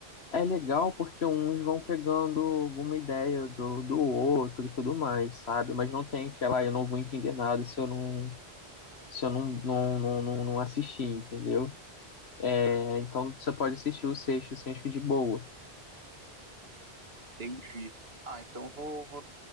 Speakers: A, on the left; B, on the right.
A: É legal porque uns vão pegando alguma ideia do, do outro e tudo mais, sabe? Mas não tem aquela, "Ah, eu não vou entender nada se eu não, se eu não, não, não, não não assistir, entendeu? É, então você pode assistir o sexto, assim, acho que de boa.
B: Entendi. Ah, então vou, vou,